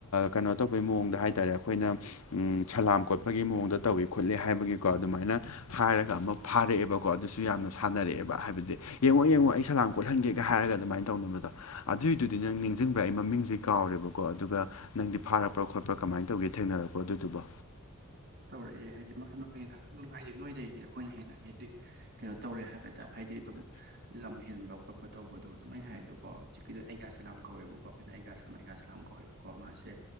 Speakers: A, on the left; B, on the right.
A: ꯀꯩꯅꯣ ꯇꯧꯕꯩ ꯃꯑꯣꯡꯗ ꯍꯥꯏꯇꯥꯔꯦ ꯑꯩꯈꯣꯏꯅ ꯎ ꯁꯂꯥꯝ ꯀꯣꯠꯄꯒꯤ ꯃꯑꯣꯡꯗ ꯇꯧꯏ ꯈꯣꯠꯂꯤ ꯍꯥꯏꯕꯒꯤꯀꯣ ꯑꯗꯨꯃꯥꯏꯅ ꯍꯥꯏꯔꯒ ꯑꯃ ꯐꯥꯔꯛꯑꯦꯕꯀꯣ ꯑꯗꯨꯁꯨ ꯌꯥꯝꯅ ꯁꯥꯟꯅꯔꯛꯑꯦꯕ ꯍꯥꯏꯕꯗꯤ ꯌꯦꯡꯉꯣ ꯌꯦꯡꯉꯣ ꯑꯩ ꯁꯂꯝ ꯀꯣꯠꯍꯟꯒꯦꯒ ꯍꯥꯏꯔꯒ ꯑꯗꯨꯃꯥꯏꯅ ꯇꯧꯅꯕꯗꯣ ꯑꯗꯨꯏꯗꯨꯗꯤ ꯅꯪ ꯅꯤꯡꯁꯤꯡꯕ꯭ꯔꯥ ꯑꯩ ꯃꯃꯤꯡꯁꯦ ꯀꯥꯎꯔꯦꯕꯀꯣ ꯑꯗꯨꯒ ꯅꯪꯗꯤ ꯐꯥꯔꯛꯄ꯭ꯔꯥ ꯈꯣꯠꯄ꯭ꯔꯥ ꯀꯃꯥꯏꯅ ꯇꯧꯒꯦ ꯊꯦꯡꯅꯔꯛꯄ꯭ꯔꯣ ꯑꯗꯨꯗꯨꯕꯣ
B: ꯇꯧꯔꯛꯑꯦ ꯍꯥꯏꯗꯤ ꯃꯈꯟ ꯃꯈꯜꯅꯤꯗ ꯑꯗꯨꯝ ꯍꯥꯏꯗꯤ ꯅꯣꯏꯗꯩꯗꯤ ꯑꯩꯈꯣꯏꯅ ꯍꯦꯟꯅ ꯍꯥꯏꯗꯤ ꯀꯩꯅꯣ ꯇꯧꯔꯦ ꯍꯥꯏꯕꯗ ꯍꯥꯏꯗꯤ ꯑꯗꯨꯝ ꯂꯝ ꯍꯦꯟꯕ ꯈꯣꯠꯄ ꯇꯧꯕꯗꯣ ꯑꯗꯨꯃꯥꯏꯅ ꯍꯥꯏ ꯑꯗꯣ ꯍꯧꯖꯤꯛꯀꯤꯗꯣ ꯑꯩꯒ꯭ꯌꯥ ꯁꯂꯥꯝ ꯀꯧꯋꯦꯕꯀꯣ ꯑꯩꯈꯣꯏꯅ ꯑꯩꯒ꯭ꯌꯥ ꯁꯂꯥꯝ ꯑꯩꯒ꯭ꯌꯥ ꯁꯂꯥꯝ ꯀꯧꯋꯦꯕ ꯀꯣ ꯃꯥꯁꯦ